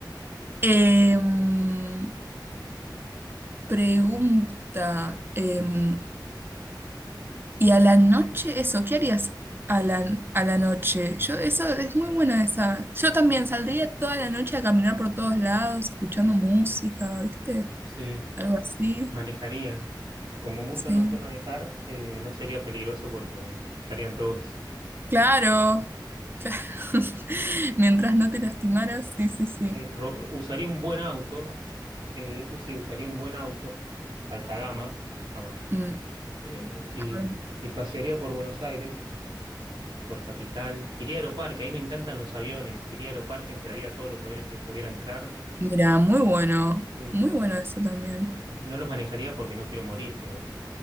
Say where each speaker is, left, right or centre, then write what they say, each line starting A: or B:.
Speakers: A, on the right; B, on the right.
A: Em, pregunta. em,
B: sí,
A: ¿y a la noche eso? ¿Qué harías a la, a la noche? Yo, eso es muy buena esa. Yo también saldría toda la noche a caminar por todos lados, escuchando música, ¿viste?
B: sí.
A: Algo así.
B: Manejaría. Como mucho
A: Sí.
B: no sé manejar, eh, no sería peligroso porque estarían todos.
A: Claro. <laughs> Mientras no te lastimaras, sí, sí, sí.
B: eh, ro- usaría un buen auto, eh, eso sí, usaría un buen auto, alta gama, gama,
A: Mm,
B: eh, y,
A: a ver.
B: y pasearía por Buenos Aires, por Capital. Iría a Aeroparque, ahí me encantan los aviones. Iría a Aeroparque, entraría a todos los aviones que pudiera entrar.
A: Mira, muy bueno,
B: Sí.
A: muy bueno eso también.
B: No los manejaría porque no quiero morir, pero